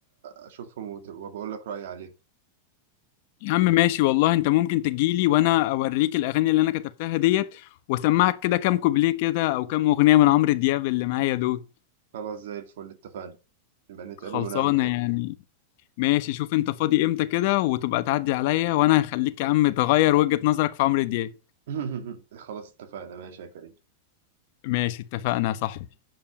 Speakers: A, on the right; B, on the left.
A: اشوفهم وت- وبقول لك رايي عليهم
B: يا عم ماشي والله انت ممكن تجيلي وانا اوريك الاغاني اللي انا كتبتها ديت واسمعك كده كام كوبليه كده او كام اغنيه من عمرو دياب اللي معايا دول
A: خلاص زي الفل اتفقنا نبقى نتقابل
B: خلصانه
A: ونعمل كده
B: يعني ماشي شوف انت فاضي امتى كده وتبقى تعدي عليا وانا هخليك يا عم تغير وجهه نظرك في عمرو دياب
A: <laughs> خلاص اتفقنا ماشي يا كريم
B: ماشي اتفقنا يا صاحبي